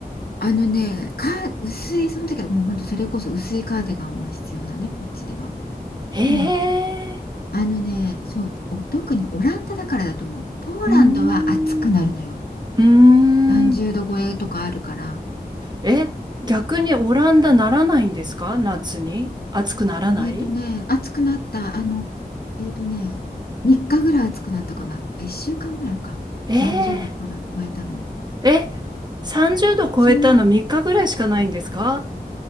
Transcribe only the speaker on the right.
へえ、
うーん、うーん。
え、逆にオランダならないんですか夏に。暑くならない
え
ー、え、30度超えたの3日ぐらいしかないんですか